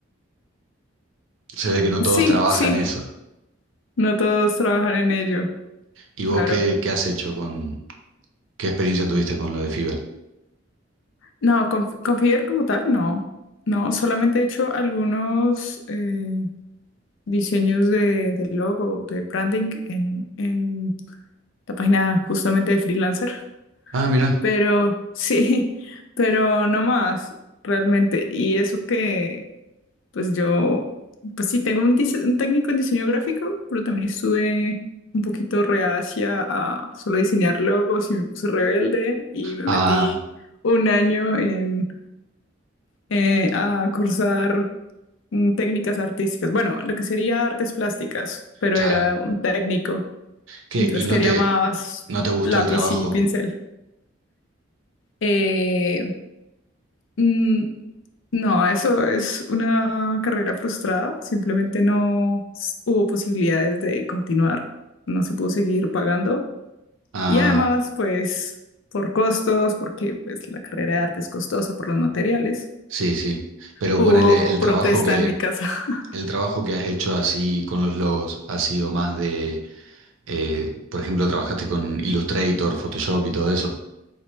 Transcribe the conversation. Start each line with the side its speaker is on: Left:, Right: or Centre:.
Right: Se ve que no todos
Left: Sí,
Right: trabajan
Left: sí.
Right: eso.
Left: No todos trabajan en ello,
Right: ¿Y vos
Left: claro.
Right: qué, qué has hecho con, qué experiencia tuviste con lo de Fiverr?
Left: No, con, con como tal, no. No, solamente he hecho algunos eh, diseños de, de logo, de branding en, en la página justamente de freelancer.
Right: Ah, mira.
Left: Pero <laughs> sí, pero no más, realmente. Y eso que, pues yo, pues sí, tengo un, dise- un técnico en diseño gráfico, pero también estuve un poquito reacia a solo diseñar logos y me puse rebelde y me
Right: Ah,
Left: metí un año en, eh, a cursar mm, técnicas artísticas. Bueno, lo que sería artes plásticas, pero
Right: claro.
Left: era un técnico.
Right: ¿Qué?
Left: Entonces
Right: ¿Y no
Left: quería
Right: te,
Left: más
Right: no te gustó
Left: lápiz
Right: el trabajo?
Left: y pincel. Eh, Mm, no, eso es una carrera frustrada. Simplemente no s- hubo posibilidades de continuar. No se pudo seguir pagando.
Right: Ah,
Left: Y además, pues, por costos, porque pues, la carrera de arte es costosa por los materiales.
Right: sí, sí. Pero
Left: Hubo
Right: ponele el
Left: protesta
Right: trabajo que
Left: en mi casa. <laughs>
Right: El trabajo que has hecho así con los logos ha sido más de, eh, por ejemplo, trabajaste con Illustrator, Photoshop y todo eso.